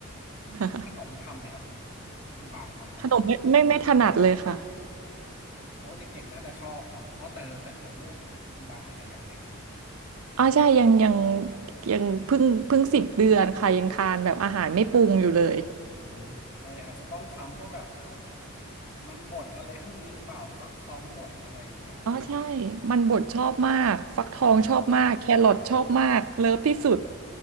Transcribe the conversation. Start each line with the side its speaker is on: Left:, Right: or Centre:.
Right: ค่ะ
Left: แล้วขนมทำไหมครับคุณปางทำขนม
Right: ขนมไม่ไม่ไม่ถนัดเลยค่ะ
Left: โอ้เด็กๆน่าจะชอบเนาะอ๋อแต่แต่แต่ลูกคุณปางอาจจะยังเล็กอยู่
Right: อ๋อใช่ยังยังยังเพิ่งเพิ่งสิบเดือนค่ะยังทานแบบอาหารไม่ปรุงอยู่เลย
Left: อืมเลยอาจจะต้องทำพวกแบบมันบดอะไรพวกนี้หรือเปล่าฟักทองบดอะไรอย่างเงี้ย
Right: อ๋อใช่มันบดชอบมากฟักทองชอบมากแครอทชอบมากเลิฟที่สุด
Left: อ่า